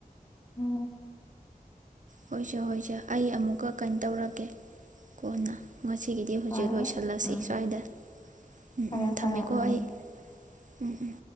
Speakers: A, on the left; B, on the right.
A: ꯎꯝ
B: ꯍꯣꯏꯁꯦ ꯍꯣꯏꯁꯦ ꯑꯩ ꯑꯃꯨꯛꯀ ꯀꯩꯅꯣ ꯇꯧꯔꯛꯀꯦ ꯀꯣꯟꯅ ꯉꯁꯤꯒꯤꯗꯤ ꯍꯨꯖꯤꯛ
A: ꯍꯣꯏ
B: ꯂꯣꯏꯁꯤꯜꯂꯁꯤ
A: ꯍꯣꯏ ꯎꯝ
B: ꯁ꯭ꯋꯥꯏꯗ ꯎꯝ
A: ꯐꯔꯦ
B: ꯎꯝ
A: ꯐꯔꯦ
B: ꯊꯝꯃꯦꯀꯣ
A: ꯎꯝ
B: ꯑꯩ ꯎꯝ ꯎꯝ